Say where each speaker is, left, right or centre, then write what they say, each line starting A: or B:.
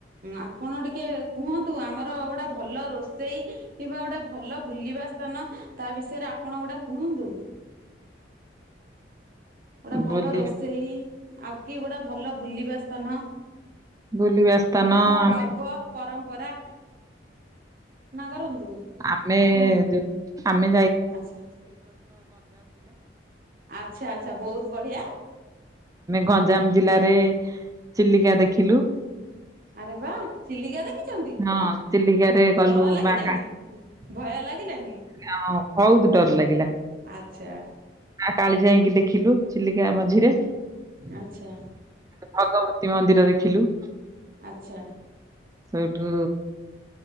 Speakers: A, on the right; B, on the right.
A: ଆପଣ ଟିକେ କୁହନ୍ତୁ ଆମର ଗୋଟେ ଭଲ ରୋଷେଇ କିମ୍ବା ଗୋଟେ ଭଲ ବୁଲିବା ସ୍ଥାନ ତା ବିଷୟରେ ଆପଣ ଗୋଟା କୁହନ୍ତୁ। ଗୋଟା ଭଲ
B: ବୁଲି
A: ରୋଷେଇ ଆଉ କି ଗୋଟେ ଭଲ ବୁଲିବା ସ୍ଥାନ
B: ବୁଲିବା ସ୍ଥାନ
A: କି ଆମ
B: ଆମେ
A: ପର୍ବ ପରମ୍ପରା କରନ୍ତୁ
B: ଆମେ
A: ଆପଣ
B: ଯ ଆମେ
A: ଆଚ୍ଛା ଆଚ୍ଛା ଆଚ୍ଛା ବହୁତ ବଢିଆ
B: ଗଞ୍ଜାମ ଜିଲ୍ଲାରେ ଚିଲିକା ଦେଖିଲୁ।
A: ଆରେ ବା। ଚିଲିକା ଦେଖିଛନ୍ତି,
B: ହଁ ଚିଲିକାରେ ଗଲୁ
A: ଡର ଲାଗିଲାନି
B: ମା କା
A: ଭୟ ଲାଗିଲାନି?
B: ହଁ ବହୁତ ଡର ଲାଗିଲା।
A: ଆଚ୍ଛା।
B: ଆ କାଳି ଯାଇକି ଦେଖିଲୁ, ଚିଲିକା ମଝିରେ
A: ଆଚ୍ଛା
B: ଭଗବ ତିିି ମନ୍ଦିର ଦେଖିଲୁ।
A: ଆଚ୍ଛା।
B: ସେଇଠୁ।